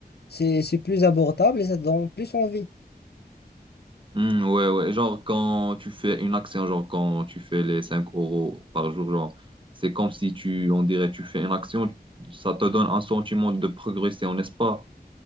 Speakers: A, on the left (about 80°); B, on the right (about 30°).
A: c'est, c'est plus abordable et ça te donne plus envie.
B: Hmm, ouais, ouais, genre, quand tu fais une action, genre, quand tu fais les 5 euros par jour, genre, c'est comme si tu, on dirait, tu fais une action, ça te donne un sentiment de progression, n'est-ce pas?